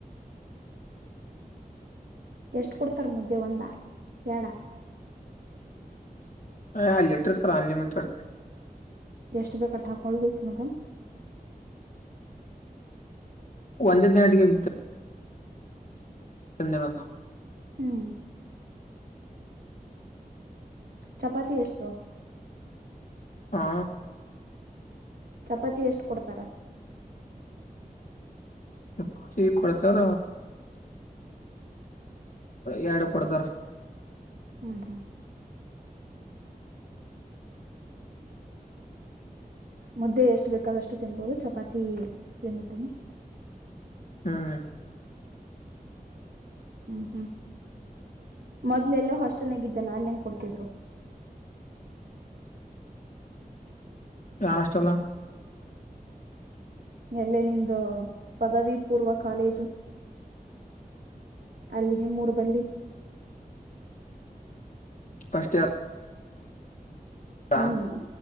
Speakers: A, on the right; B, on the left.
A: ಎಷ್ಟ ಕೊಡ್ತಾರ ಮುದ್ದೆ ಒಂದ ಎರಡು
B: <unintelligible>
A: ಎಷ್ಟು ಬೇಕಟ್ಟ ಹಾಕಳ್ಬೇಕ ಮದನ್
B: ಒಂದದಿನ ಗಂಟೆಗೆು <unintelligible> <unintelligible>
A: ಹ್ಮ್ ಚಪಾತಿ ಎಷ್ಟು
B: ಹಾ
A: ಚಪಾತಿ ಎಷ್ಟು ಕೊಡ್ತಾರ
B: ಸಪ್ಪಚ <unintelligible> ಕೊಡ್ತಾರ ಎರಡು ಕೊಡತಾರ
A: ಹ್ಮ್ ಹ್ಮ್ ಮುದ್ದೆ ಎಷ್ಟು ಬೇಕಾದಷ್ಟು ತಿನ್ಬೋದು ಚಪಾತಿ <unintelligible>
B: ಹ್ಮ್
A: ಹ್ಮ್ ಹ್ಮ್ ಮೊದ್ಲೆಲ್ಲ ಹಾಸ್ಟೆಲ್ಗ ಇದಿದ್ದ್ಯಲ್ಲ ಅಲ್ಲ ಹೆಂಗ ಕೊಡ್ತಿದ್ರು
B: ಹಾಸ್ಟೆಲ್ ಹ <unintelligible>
A: ಎಲ್ಲೇ ನಿಂದು ಪದವಿ ಪೂರ್ವ ಕಾಲೇಜು ಅಲ್ಲಿ ನಿಮ್ಮ ಊರ ಬಲ್ಲಿ
B: <unintelligible> ಇಯರ್
A: ಹ್ಮ್